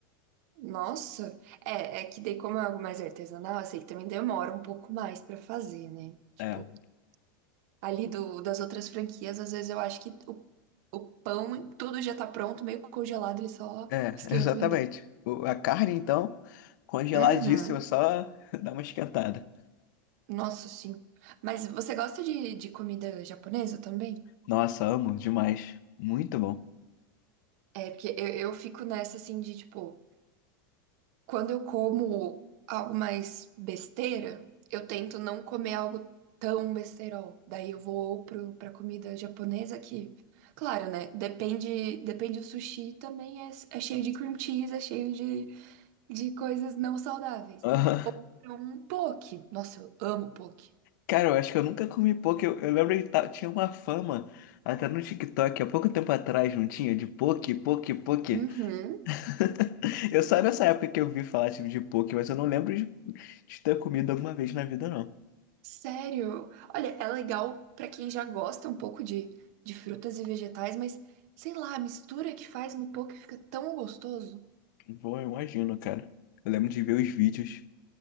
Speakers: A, on the right (about 50°); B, on the left (about 60°).
A: Nossa. É, é que daí, como é algo mais artesanal, eu sei que também demora um pouco mais pra fazer, né? Tipo,
B: É,
A: ali do, das outras franquias, às vezes eu acho que o, o pão, tudo já tá pronto, meio congelado, eles só
B: é,
A: esquentam
B: exatamente.
A: e dão.
B: O- a carne, então, congeladíssima,
A: Uhum.
B: só <laughs> dá uma esquentada.
A: Nossa, sim. Mas você gosta de, de comida japonesa também?
B: Nossa, amo demais. Muito bom.
A: É, porque eu, eu fico nessa assim de tipo, quando eu como algo mais besteira, eu tento não comer algo tão besterol. Daí eu vou pro, pra comida japonesa que, claro, né? Depende, depende do sushi também é, é cheio de cream cheese, é cheio de de coisas não saudáveis.
B: Aham.
A: Um poke. Nossa, eu amo poke.
B: Cara, eu acho que eu nunca comi poke. Eu, eu lembro que ta- tinha uma fama até no TikTok, há pouco tempo atrás, não tinha? De poke, poke, poke.
A: Uhum.
B: <laughs> Eu só nessa época que eu vi falar tipo, de poke, mas eu não lembro de, de ter comido alguma vez na vida, não.
A: Sério. Olha, é legal pra quem já gosta um pouco de, de frutas e vegetais, mas sei lá, a mistura que faz no poke fica tão gostoso.
B: Bom, eu imagino, cara. Eu lembro de ver os vídeos.